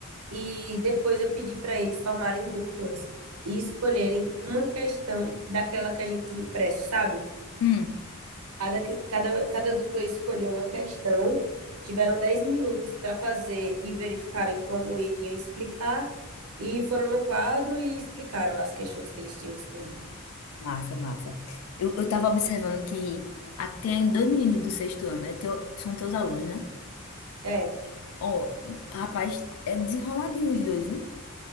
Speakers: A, on the right; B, on the left.
A: E depois eu pedi para eles formarem duplas e escolherem uma questão daquela que a gente tinha impresso, sabe?
B: Hum,
A: Cada, que- cada, cada dupla escolheu uma questão, tiveram 10 minutos para fazer e verificarem como iriam explicar, e foram no quadro e explicaram as questões que eles tinham escolhido.
B: massa, massa. Eu, eu tava observando que ah, tem dois meninos do sexto ano, é teu- são teus alunos, né?
A: É,
B: Ó, rapaz, é desenroladinho os dois, viu?